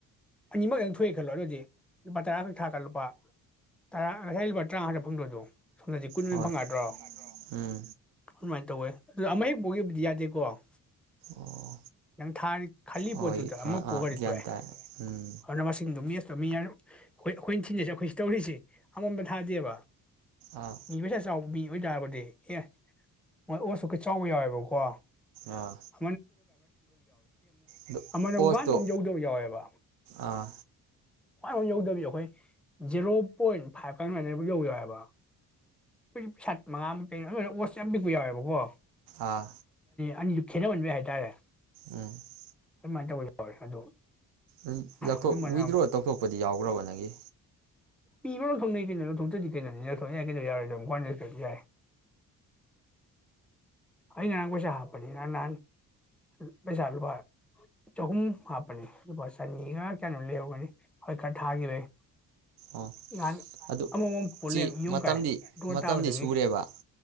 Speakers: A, in the centre; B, on the right (about 55°).
A: ꯑꯅꯤꯃꯛꯛꯇꯪ ꯊꯣꯛꯑꯦ ꯈꯜꯂꯣ ꯑꯗꯨꯗꯤ ꯂꯨꯄꯥ ꯇꯔꯥꯈꯛ ꯊꯥꯛꯀ ꯂꯨꯄꯥ ꯇꯔꯥ ꯑꯔꯩꯕ ꯇꯔꯥꯃꯉꯥ ꯐꯪꯗꯩꯗꯣ ꯁꯣꯝꯗꯗꯤ ꯀꯨꯟ ꯍꯦꯟꯅ
B: ꯍꯣꯏ
A: ꯐꯪꯉꯗ꯭ꯔꯣ
B: ꯎꯝ
A: ꯑꯃꯥꯏ ꯇꯧꯋꯦ ꯑꯗꯨ ꯑꯃ ꯍꯦꯛꯄꯨꯈꯤꯕꯗꯤ ꯌꯥꯗꯦ ꯀꯣ
B: ꯑꯣ
A: ꯅꯪ ꯊꯥ ꯈꯜꯂꯤ
B: ꯍꯣꯏ
A: ꯄꯣꯠꯇꯨꯗ ꯑꯃ
B: ꯑꯥ
A: ꯄꯨꯈ꯭ꯔꯗꯤ
B: ꯑꯥ ꯒ꯭ꯌꯥꯟ
A: ꯇꯣꯛꯑꯦ
B: ꯇꯥꯏ ꯎꯝ
A: ꯑꯗꯨꯅ ꯃꯁꯤꯡꯗꯣ ꯃꯤꯇ ꯃꯤ ꯑꯩꯈꯣꯏ ꯑꯩꯈꯣꯏꯅ ꯊꯤꯔꯤꯁꯦ ꯑꯩꯈꯣꯏ ꯁ꯭ꯇꯣꯔꯤꯁꯦ ꯑꯃꯃꯝ ꯊꯥꯗꯦꯕ
B: ꯑꯥ
A: ꯃꯤ ꯄꯩꯁꯥ ꯆꯥꯎ ꯄꯤ ꯅꯣꯏ ꯗꯕꯨꯗꯤ ꯑꯦ ꯃꯣꯏ ꯑꯣꯁꯨꯀꯩ ꯆꯥꯎꯕ ꯌꯥꯎꯋꯦꯕꯀꯣ
B: ꯑꯥ
A: <unintelligible>
B: ꯑꯗꯨ
A: ꯑꯃꯅ
B: ꯑꯣꯁꯇꯣ
A: ꯋꯥꯟꯕꯧ ꯌꯧꯗꯕ ꯌꯥꯎꯋꯦꯕ
B: ꯑꯥ
A: ꯈꯋꯥꯏ ꯌꯧꯗꯕꯤ ꯑꯩꯈꯣꯏ ꯖꯦꯔꯣ ꯄꯣꯏꯟ ꯐꯥꯏꯚ ꯀ ꯑꯗꯨꯃꯥꯏꯅ ꯑꯃꯛ ꯌꯧ ꯌꯥꯎꯋꯦꯕ ꯄꯩꯁꯠ ꯃꯉꯥꯃꯨꯛ ꯀꯩꯅ ꯑꯗꯨꯅ ꯑꯣꯠꯁ ꯌꯥꯝ ꯄꯤꯛꯄ ꯌꯥꯎꯋꯦꯕꯀꯣ
B: ꯑꯥ
A: ꯑꯅꯤꯁꯨ ꯈꯦꯠꯅꯍꯟꯕ ꯍꯥꯏꯇꯥꯔꯦ
B: ꯎꯝ
A: ꯑꯗꯨꯃꯥꯏꯅ ꯇꯧꯕ ꯌꯥꯎꯔꯦ ꯑꯗꯣ
B: ꯎꯝ ꯂꯧꯊꯣ
A: ꯑꯗꯨꯝꯕꯅ
B: ꯋꯤꯗ꯭ꯔꯣ
A: ꯑꯃꯨꯛ
B: ꯇꯧꯊꯣꯛꯄꯗꯤ ꯌꯥꯎꯈ꯭ꯔꯕ ꯅꯪꯒꯤ
A: ꯄꯤꯕ ꯂꯧꯊꯣꯛꯅꯩ ꯀꯩꯅꯣ ꯂꯧꯊꯣꯛꯇ꯭ꯔꯗꯤ ꯀꯩꯅꯣ ꯂꯧꯊꯣꯛ ꯌꯥꯏ ꯀꯩꯅꯣ ꯀꯩꯗꯧ ꯌꯥꯔꯣꯏꯗꯧꯅꯣ ꯀꯣꯏꯅꯗ꯭ꯔꯁꯨ ꯌꯥꯏ ꯑꯩꯅ ꯉꯔꯥꯡ ꯄꯩꯁꯥ ꯍꯥꯞꯄꯅꯤ ꯅꯍꯥꯟ ꯄꯩꯁꯥ ꯂꯨꯄꯥ ꯆꯍꯨꯝ ꯍꯥꯞꯄꯅꯤ ꯂꯨꯄꯥ ꯆꯅꯤꯒ ꯀꯩꯅꯣ ꯂꯩꯍꯧꯒꯅꯤ ꯍꯣꯏ ꯈꯔ ꯊꯥꯒꯤꯚꯩ
B: ꯑꯣ
A: ꯅꯍꯥꯟ
B: ꯑꯗꯨ
A: ꯑꯃꯨꯛ ꯃꯨꯛ ꯄꯨꯂꯦ
B: ꯁꯤ
A: ꯌꯨꯝ
B: ꯃꯇꯝꯗꯤ
A: ꯀꯥꯏ ꯑꯗꯨ
B: ꯃꯇꯝꯗꯤ
A: ꯇꯥꯕꯗꯒꯤ
B: ꯁꯨꯔꯦꯕ